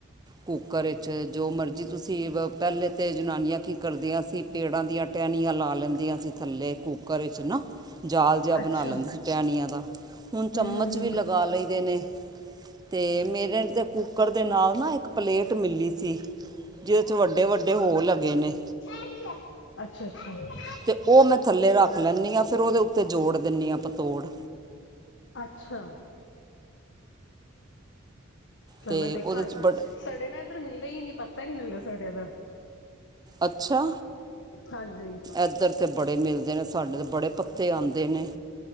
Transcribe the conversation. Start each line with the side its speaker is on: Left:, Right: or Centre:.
Right: ਕੁੱਕਰ ਵਿੱਚ ਜੋ ਮਰਜ਼ੀ ਤੁਸੀਂ ਪਹਿਲੇ ਤੇ ਜਨਾਨੀਆਂ ਕੀ ਕਰਦੀਆਂ ਸੀ ਪੇੜਾਂ ਦੀਆਂ ਟਹਿਣੀਆਂ ਲਾ ਲੈਂਦੀਆਂ ਸੀ ਥੱਲੇ ਕੁੂੱਕਰ ਵਿੱਚ ਨਾ। ਜਾਲ ਜਿਹਾ ਬਣਾ
Left: ਅੱਛਾ,
Right: ਲੈਂਦੀ ਸੀ, ਟੈਣੀਆਂ ਦਾ ਹੁਣ ਚਮਚ
Left: ਹੂੰ-ਹੂੰ-ਹੂੰ।
Right: ਵੀ ਲਗਾ ਲਈਦੇ ਨੇ, ਤੇ ਮੇਰੇ ਤਾਂ ਕੁੱਕਰ ਦੇ ਨਾਲ ਨਾ ਇੱਕ ਪਲੇਟ ਮਿਲੀ ਸੀ, ਜਿਹਦੇ 'ਚ ਵੱਡੇ- ਵੱਡੇ ਹੋਰ ਲੱਗੇ ਨੇ।
Left: ਐ ਕੀ ਹੈ? ਅੱਛਾ- ਅੱਛਾ!
Right: ਤੇ ਉਹ ਮੈਂ ਥੱਲੇ ਰੱਖ ਲੈਂਦੀ ਆ ਫਿਰ ਉਹਦੇ ਉੱਤੇ ਜੋੜ ਦਿੰਨੀ ਆ ਪਤੋੜ
Left: ਅੱਛਾ! ਚਲੋ
Right: ਤੇ
Left: ਦੇਖਾਂਗੇ
Right: ਉਹਦੇ 'ਚ ਬੜ
Left: ਸੜੇ ਨਾ ਇੱਧਰ ਮਿਲਦੇ ਹੀ ਨੀ ਪੱਤਾ ਹੀ ਨੀ ਮਿਲ ਰਿਹਾ ਸੜੇ ਇੱਧਰ
Right: ਅੱਛਾ!
Left: ਹਾਂਜੀ!
Right: ਇੱਧਰ ਤਾਂ ਬੜੇ ਮਿਲਦੇ ਨੇ, ਸਾਡੇ ਤਾਂ ਬੜੇ ਪੱਤੇ ਆਂਦੇ ਨੇ,